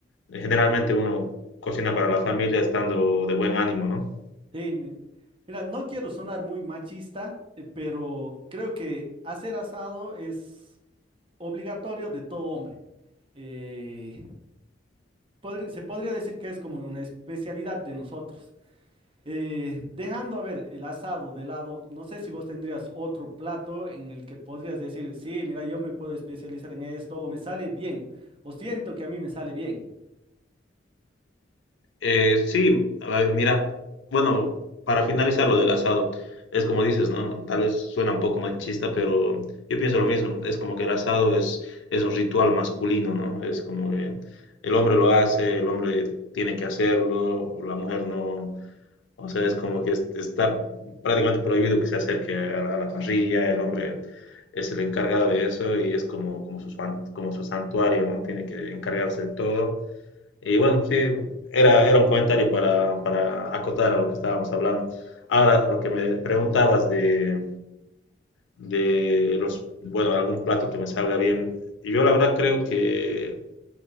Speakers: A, on the left; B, on the right.
A: Generalmente
B: Sí.
A: uno cocina para la familia estando de buen ánimo, ¿no?
B: Sí, mi- mira, no quiero sonar muy machista, eh, pero creo que hacer asado es obligatorio de todo hombre. Eh, podri- se podría decir que es como una especialidad de nosotros. Eh, dejando, a ver, el asado de lado, no sé si vos tendrías otro plato en el que podrías decir, sí, mira, yo me puedo especializar en esto, o me sale bien, o siento que a mí me sale bien.
A: Eh, sí, a ver, mira, bueno, para finalizar lo del asado, es como dices, ¿no? Tal vez suena un poco machista, pero yo pienso lo mismo. Es como que el asado es, es un ritual masculino, ¿no? Es como que el hombre lo hace, el hombre tiene que hacerlo, la mujer no O sea, es como que es- está prácticamente prohibido que se acerque a la, a la parrilla, el hombre es el encargado de eso y es como, como, su, san- como su santuario, ¿no? Tiene que encargarse de todo. Y bueno, sí, era, era un comentario para, para acotar a lo que estábamos hablando. Ahora, lo que me preguntabas de, de los, bueno, algún plato que me salga bien, yo la verdad creo que,